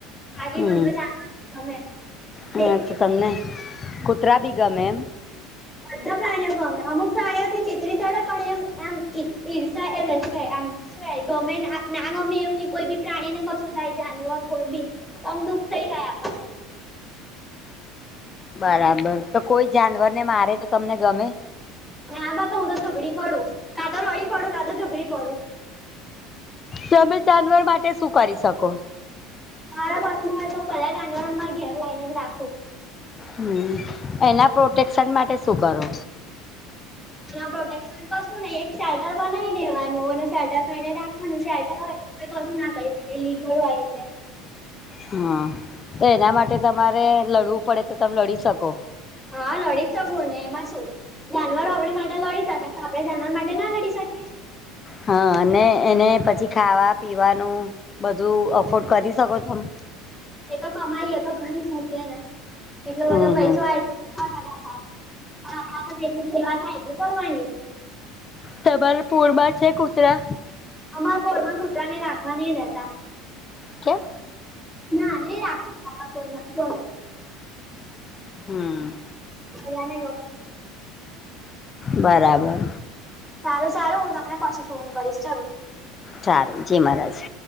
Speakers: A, in the centre; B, on the left.
A: બાકી
B: હમ
A: મન તો જાવાનું જ ગમે. ડેલી
B: હા તો તમને કુતરા બી ગમે એમ?
A: બધા પ્રાણીઓ ગમે અમુક પ્રાણીઓથી ચિતરી ચડે પણ એમ આમ ઈર્ષા, એટલે શું કેવાય આમ શું એ ગમે ના નાનો બી એમની કોઈ બી પ્રાણીને કશું થાય જાનવર કોઈ બી કમ દુઃખ થઈ જાય આપણને.
B: બરાબર તો કોઈ જાનવરને મારે તો તમને ગમે?
A: ના બાપા હું તો ઝઘડી પડું, કા તો રડી પડું, કા તો ઝઘડી પડું.
B: તમે જાનવર માટે શું કરી શકો?
A: મારા બસમાં હોય તો, હું બધા જાનવરોને મારા ઘેર લાઈને જ રાખું.
B: હમ એના પ્રોટેક્શન માટે શું કરો?
A: તેના પ્રોટેક્શન કશુ નહી એક શેટર બનાઈ દેવાનું અને શેટરમાં એને રાખવાનું શેટર હોય તો કશું ના કહી શકી લીગલ હોય એટલે.
B: હહ તો એના માટે તમારે લડવું પડે તો તમે લડી શકો?
A: હા લડી શકું ને એમાં શું. જાનવરો આપણી માટે લડી શકે તો આપડે જાનવર માટે ના લડી શકીએ?
B: હહ અને એને પછી ખાવા પીવાનું બધું અફોર્ડ કરી શકો તમે?
A: એ તો કમાઈ એતો કરી શકીએ ને એટલો બધો
B: હમ
A: પૈસો
B: હમ
A: આય સો ટકા થાય હા આતો જેટલી સેવા થાય એટલી કરવાની.
B: તમાર પૂરમાં છે કુતરા?
A: અમાર પોળમાં કૂતરાને રાખવા નહી દેતા.
B: કેમ?
A: ના નહીં રાખવા દેતા અમારા પોળના <inaudible>
B: હમ
A: બધાને ગમે નો
B: બરાબર
A: સારું સારું હું તમને પછી ફોન કરીશ ચલો.
B: સારું જી મારાજ.